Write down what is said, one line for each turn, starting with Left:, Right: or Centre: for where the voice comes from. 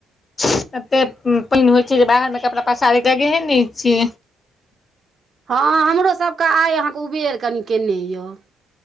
Left: कते पान होइ छै जे बाहर मे कपड़ा पसारे जगहे नै छे
Right: हँ, हमरो सभकेँ आइ अहाँकेँ उबेर कनि केने यए।